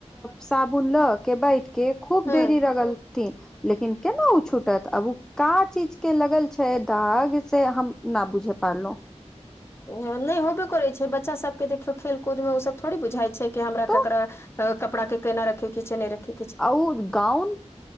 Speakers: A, in the centre; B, on the left.
A: साबुन ल के बैठ के खूब
B: हँ
A: देरी रगल ती लेकिन केना ओ छूटत आब ओ का चीज के लगल छैय दाग से हम न बुझे पारलहुॅं
B: नहि होबे करैत छैय बच्चा सबके जे देखियौ खेल कूदमे ओसब थोड़ी बुझाइ छैय कि हमरा
A: तो
B: ककरा तऽ कपड़ा के केना रखे कीछे नहि रखि
A: आउद गाउन